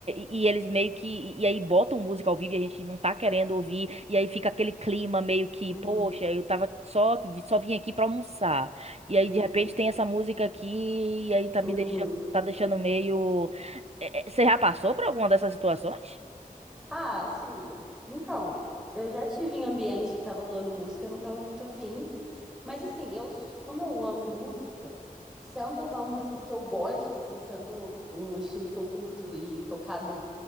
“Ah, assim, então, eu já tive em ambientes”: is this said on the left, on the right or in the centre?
Centre